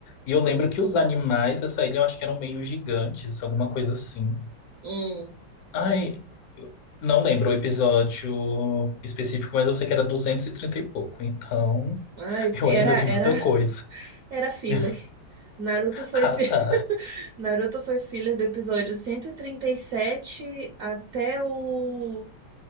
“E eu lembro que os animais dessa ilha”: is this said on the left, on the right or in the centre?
Left